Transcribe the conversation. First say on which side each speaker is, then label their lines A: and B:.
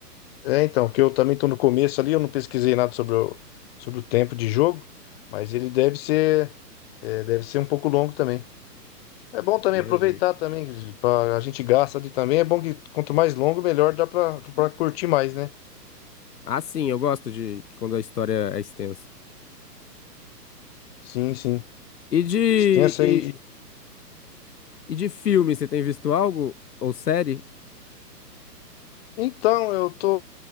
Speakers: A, on the left; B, on the left.
A: É, então, porque eu também tô no começo ali, eu não pesquisei nada sobre o, sobre o tempo de jogo, mas ele deve ser. é, deve ser um pouco longo também. É bom também
B: Imagino.
A: aproveitar também, que pra- a gente gasta ali também. É bom que quanto mais longo, melhor dá pra, pra curtir mais, né?
B: Ah, sim, eu gosto de que quando a história é extensa.
A: Sim, sim.
B: E de,
A: Extensa
B: e,
A: aí.
B: e de filme, você tem visto algo? Ou série?
A: Então, eu tô.